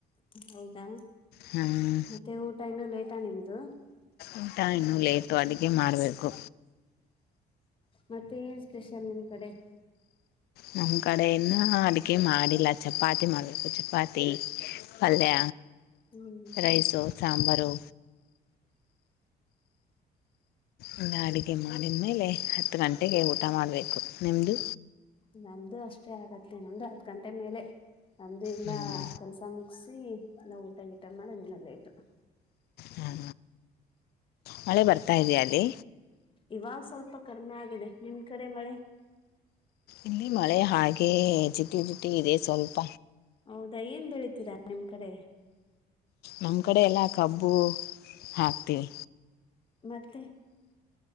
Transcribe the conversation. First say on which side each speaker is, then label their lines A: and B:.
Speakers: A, on the left; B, on the left.
A: ಹೌದಾ
B: ಹ್ಮ್
A: ಮತ್ತೆ ಊಟ ಇನ್ನೂ ಲೇಟಾ ನಿಮ್ದು.
B: ಊಟ ಇನ್ನೂ ಲೇಟು ಅದಕ್ಕೆ ಮಾಡ್ಬೇಕು.
A: ಮತ್ತೆ ಏನ್ ಸ್ಪೆಷಲ್ ನಿಮ್ ಕಡೆ.
B: ನಮ್ ಕಡೆ ಇನ್ನೂ ಅಡಿಗೆ ಮಾಡಿಲ್ಲ ಚಪಾತಿ ಮಾಡ್ಬೇಕು ಚಪಾತಿ ಪಲ್ಯ
A: ಹ್ಮ್
B: ರೈಸು ಸಾಂಬಾರು. ಇನ್ನೂ ಅಡಿಗೆ ಮಾಡಿದ್ ಮೇಲೆ ಹತ್ತು ಗಂಟೆಗೆ ಊಟ ಮಾಡಬೇಕು ನಿಮ್ಮದು.
A: ನನ್ನದು ಅಷ್ಟೇ ಆಗುತ್ತೆ ನನ್ನದು ಹತ್ ಗಂಟೆ ಮೇಲೆ. ನಮ್ದು ಇಲ್ಲ
B: ಹ್ಮ್
A: ಕೆಲಸ ಮುಗಿಸಿ ಎಲ್ಲಾ ಊಟ ಗಿಟ ಮಾಡೋದ್ ಇನ್ನ ಲೇಟು
B: ಹ ಮಳೆ ಬರ್ತಾ ಇದಿಯಾ ಅಲ್ಲಿ
A: ಇವಾಗ ಸ್ವಲ್ಪ ಕಡಿಮೆ ಆಗಿದೆ ನಿಮ್ ಕಡೆ ಮಳೆ.
B: ಇಲ್ಲಿ ಮಳೆ ಹಾಗೆ ಜಿಟಿ ಜಿಟಿ ಇದೆ ಸ್ವಲ್ಪ.
A: ಹೌದಾ ಏನ್ ಬೆಳಿತೀರಾ ನಿಮ್ ಕಡೆ.
B: ನಮ್ಮ ಕಡೆ ಎಲ್ಲ ಕಬ್ಬು ಹಾಕ್ತಿವಿ.
A: ಮತ್ತೆ